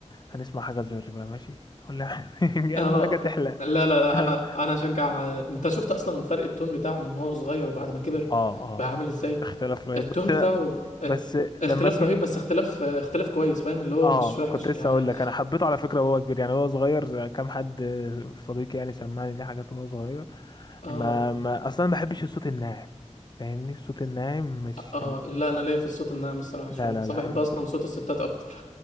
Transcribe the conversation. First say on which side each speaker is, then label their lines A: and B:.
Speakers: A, on the left; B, on the left.
A: هنسمع حاجه لجورج بقى ماشي اقول له <laughs>
B: اه
A: اهم حاجه تحلق
B: لا لا
A: <laughs>
B: لا
A: اه
B: انا انا اشجع انت شفت اصلا فرق التون بتاعه من هو صغير وبعد ما كبر
A: اه
B: بقى عامل ازاي
A: اختلاف رهيب
B: التون
A: بس
B: بتاعه ب-
A: بس
B: ات-
A: لما
B: اختلاف
A: اسم
B: رهيب بس اختلاف اختلاف كويس فاهم اللي هو
A: اه
B: مش وحش
A: كنت لسه
B: يعني
A: اقول لك انا حبيته على فكره وهو كبير يعني هو صغير كام حد صديقي يعني سمعني ليه حاجات وهو صغير
B: اه
A: ما ما اصلا ما بحبش الصوت الناعم فاهمني الصوت الناعم مش
B: اه لا انا ليا في الصوت الناعم الصراحة
A: لا
B: شوية
A: لا
B: اصلا
A: لا
B: بحب
A: م-
B: اصلا صوت الستات اكتر